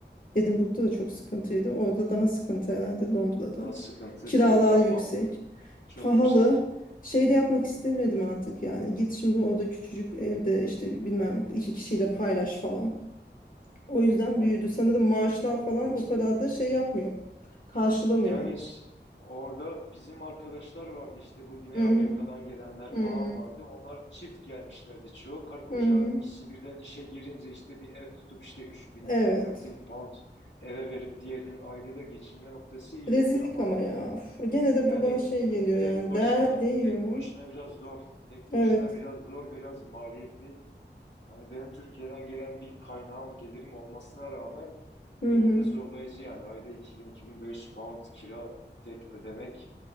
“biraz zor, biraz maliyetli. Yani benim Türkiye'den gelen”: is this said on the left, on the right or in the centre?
Left